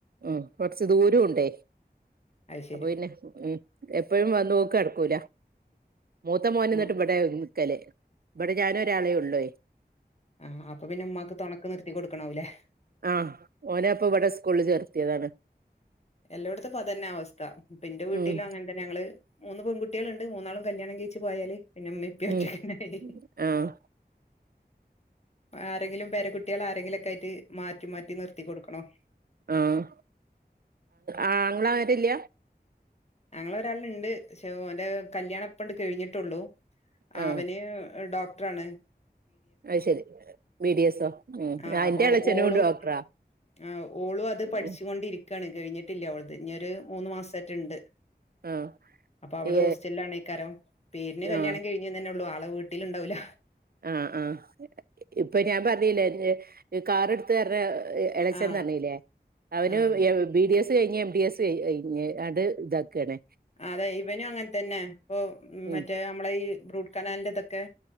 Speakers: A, on the right; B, on the left.
A: ഉം കുറച്ച് ദൂരം ഉണ്ടേ
B: അത് ശരി
A: അപ്പൊ പിന്നെ ഉം എപ്പോഴും വന്ന് പോക്ക് നടക്കൂല മൂത്ത മോനിന്നിട്ട്
B: ആഹ്
A: ഇവിടെയ നിക്കല് ഇവിടെ ഞാനൊരാളെ ഉള്ളെ
B: ആഹ് അപ്പൊ പിന്നെ ഉമ്മാക്ക് തുണക്ക് നിർത്തി കൊടുക്കണാവൂല്ലേ
A: ആഹ് ഓനെ അപ്പോ ഇവിടെ സ്കൂളിൽ ചേർത്തിയതാണ്
B: എല്ലായിടത്തും ഇപ്പൊ അതന്നെ അവസ്ഥ എന്റെ വീട്ടിലും
A: ഉം
B: അങ്ങനെ പിന്നെ ഞങ്ങള് മൂന്ന് പെൺകുട്ടികളുണ്ട് മൂന്നാളും കല്യാണം കഴിച്ച് പോയാല് പിന്നെ ഇമ്മേം ഉപ്പേം ഒറ്റക്കന്നെയായി
A: ഉം ആഹ്
B: ആരെങ്കിലും പേരകുട്ടികൾ ആരെങ്കിലൊക്കെ ആയിട്ട് മാറ്റി മാറ്റി നിർത്തി കൊടുക്കണം
A: ആഹ് ആ ആങ്ങള ആരുല്ല
B: ആങ്ങള ഒരാളുണ്ട് പക്ഷെ ഓന്റെ കല്യാണം ഇപ്പങ്ങട്ട് കഴിഞ്ഞിട്ടുള്ളു
A: ആ
B: അവന് ഡോക്ടർ ആണ്
A: അത് ശരി ബി ഡി എസോ ഉം
B: ആഹ് അപ്പൊ
A: എന്റെ എളച്ചനും
B: ഓളും
A: ഡോക്ടറാ
B: ആഹ് ഓളും അത് പഠിച്ചുകൊണ്ടിരിക്
A: ഉം
B: ക്കാണ് കഴിഞ്ഞിട്ടില്ല അവളത് ഇനി ഒരു മൂന്ന് മാസമായിട്ടുണ്ട്
A: ആ
B: അപ്പൊ അവള്
A: ഏ
B: ഹോസ്റ്റലിലാണേക്കാരം പേരിന് കല്യാണം
A: ആ
B: കഴിഞ്ഞ തന്നെള്ളൂ ആളെ വീട് ട്ടി ലുണ്ടാവില്ല
A: ആഹ് ആഹ് ഇപ്പൊ ഞാൻ പറഞ്ഞില്ലേ <unintelligible> കാറെടുത്ത് അവർഡ എളച്ചന്ന്
B: ആ
A: അറില്ലേ അവന്
B: ആ
A: ബി ഡി എസ് സ് കഴിഞ്ഞ് എം ഡി എസ് കഴിഞ്ഞങ്ങാണ്ട് ഇതാക്കുവാണ്
B: അതെ ഇവനും അങ്ങനെ തന്നെ ഇപ്പൊ
A: ഉം
B: മറ്റേ നമ്മള ഈ റൂട്ട് കനാലിന്റെ ഇതൊക്കെ